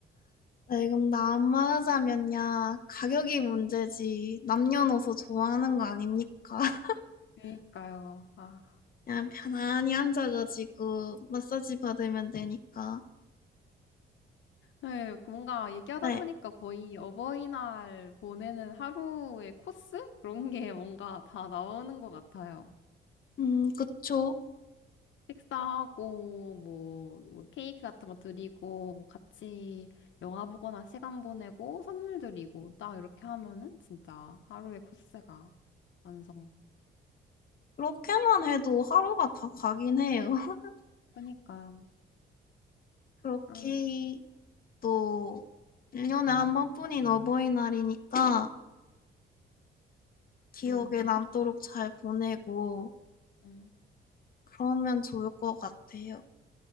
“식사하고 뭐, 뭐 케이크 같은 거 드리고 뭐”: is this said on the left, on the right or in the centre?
Left